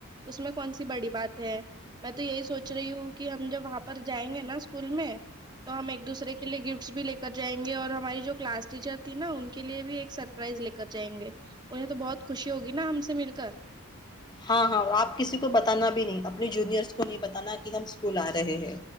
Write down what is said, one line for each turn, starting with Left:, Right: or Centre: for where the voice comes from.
Right: اس میں کون سی بڑی بات ہے میں تو یہی سوچ رہی ہوں کہ ہم جب وہاں پر جائیں گے نا اسکول میں تو ہم ایک دوسرے کے لیے گفٹس بھی لے کر جائیں گے اور ہماری جو کلاس ٹیچر تھی نا ان کے لیے بھی ایک سرپرائز لے کر جائیں گے مجھے تو بہت خوشی ہوگی نا ہم سے مل کر
Left: ہاں ہاں آپ کسی کو بتانا بھی نہیں اپنے جونیئرس کو نہیں بتانا کہ ہم اسکول آ رہے ہیں